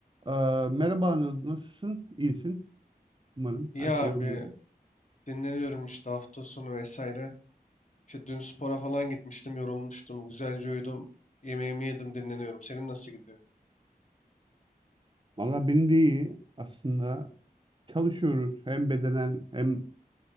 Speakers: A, on the right; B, on the left.
A: Ee, merhaba Anıl, nasılsın? İyisin umarım.
B: İyi
A: Her
B: abi
A: şey yolunda.
B: dinleniyorum işte hafta sonu vesaire. İşte dün spora falan gitmiştim, yorulmuştum, güzelce uyudum, yemeğimi yedim, dinleniyorum. Senin nasıl gidiyor?
A: Valla benim de iyi. Aslında çalışıyoruz hem bedenen hem